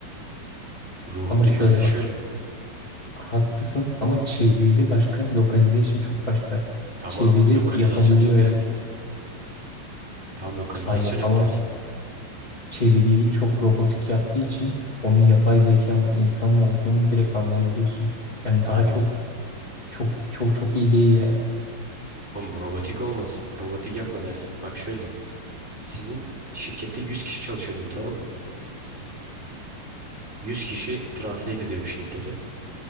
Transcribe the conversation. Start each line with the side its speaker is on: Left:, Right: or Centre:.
Right: Ruhun
Left: Ama
Right: duymaz
Left: şöyle
Right: ya şöyle.
Left: bak. Haklısın ama çeviri başka, localization çok başka.
Right: Tamam
Left: Çeviri
Right: lokalizasyon
Left: yapabiliyor
Right: yap
Left: evet.
Right: dersin. Tam lokalizasyon
Left: Hayır
Right: yap
Left: ama
Right: dersin.
Left: çeviriyi çok robotik yaptığı için onun yapay zeka mı insan mı olduğunu direkt anlayabiliyorsun. Yani
Right: Hayır.
Left: daha çok çok çok çok iyi değil yani.
Right: Oğlum robotik olmasın. Robotik yapma dersin. Bak şöyle. Sizin şirkette 100 kişi çalışıyor diyeyim tamam mı? 100 kişi translate ediyor bir şeyleri.